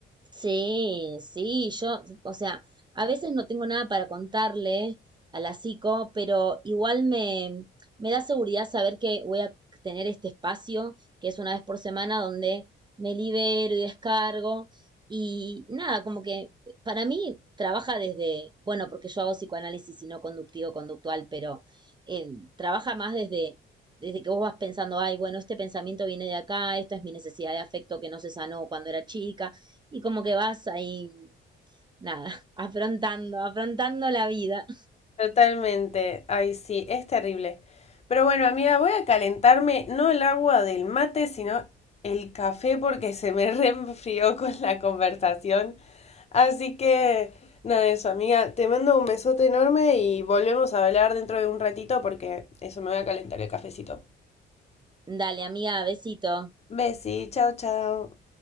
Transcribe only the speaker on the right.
Sí, sí, yo, o sea, a veces no tengo nada para contarle a la psico, pero igual me, me da seguridad saber que voy a tener este espacio, que es una vez por semana, donde me libero y descargo. Y nada, como que para mí trabaja desde, bueno, porque yo hago psicoanálisis y no conductivo-conductual, pero eh, trabaja más desde, desde que vos vas pensando, ay, bueno, este pensamiento viene de acá, esta es mi necesidad de afecto que no se sanó cuando era chica. Y como que vas ahí, nada, <laughs> afrontando, afrontando la vida.
Dale, amiga, besito.